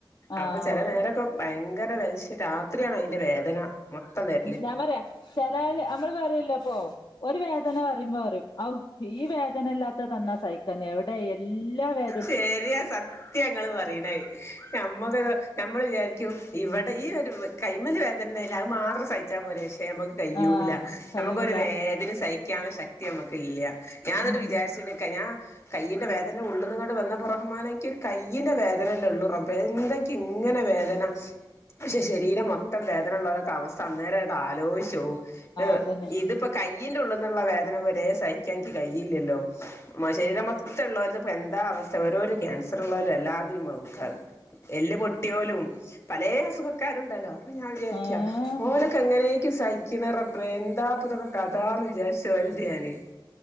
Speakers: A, on the left (about 50°); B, on the left (about 30°).
A: ആഹ്
B: അപ്പൊ ചെല നേരൊക്കെ ഭയങ്കര വലി ശേ രാത്രിയാണ് അയിൻ്റെ വേദന മൊത്തം വേ
A: ഞാൻ പറയാ ചെലോല് അമ്മള് പറയുല്ലോ <unintelligible> ഒരു വേദന പറയുമ്പോ പറയും ഔ ഈ വേദനയില്ലാത്ത തന്നാ സഹിക്കാന്ന് എവി ടെ എല്ലാ വേ
B: ശരിയാ സത്യാ ഇങ്ങള് പറയിണെ നമ്മക്ക് നമ്മൾ വിചാരിക്കും ഇവടെ ഈ ഒരു കൈ മേല് വേദനയില്ല അത് മാത്രം സഹി ച്ചാ പോരേ പക്ഷെ അമ്മക്ക് കഴ്യൂല
A: ആഹ്
B: നമ്മക്കൊരു
A: കയ്യൂല
B: വേദന സഹിക്കാള്ള ശ ക്തി അമ്മക്ക് ഇല്യ ഞാൻ എന്നിട്ട്
A: ആഹ്
B: വിചാരിച്ച് നിക്കാ ഞാൻ കയ്യിന്റെ വേദന ഉള്ളിന്ന്ങ്ങാ <unintelligible> വന്നപ്പോ റഹ്മാനേ എനിക്ക് ഒരു കയ്യിന്റെ വേദനയല്ലേ ഉള്ളൂ റബ്ബേ എന്താ എനിക്ക് ഇങ്ങനെ വേദന പക്ഷെ ശരീരം മൊത്തം വേദന ഉള്ളോരേക്ക അവസ്ഥ അന്നേരം അങ്ങട് ആലോയിച് <unintelligible> ഏഹ്
A: അതന്നെ
B: ഇതിപ്പോ കയ്യിന്റെ ഉള്ളിന്നുള്ള വേദന വരെ സഹിക്കാൻ എനിക്ക് കയ്യില്ലല്ലോ മ ശരീരം മൊത്തം ഉള്ളോലത് ഇപ്പ എന്താ അവസ്ഥ ഓരോരോ ക്യാൻസർ ഉള്ളവലും അല്ലാതെയും <unintelligible> എല്ല് പൊട്ടിയോലും പലേ അസുഖക്കാരുണ്ടല്ലോ അപ്പൊ ഞാൻ വിചാരിക്ക
A: ഏഹ്
B: ഓലൊക്ക എങ്ങനേക്ക സഹിക്ക്ണ റബ്ബേ എന്താപ്പ ഇതൊക്കെ കഥാന്ന് വിചാരിച്ച് <unintelligible> ഞാന്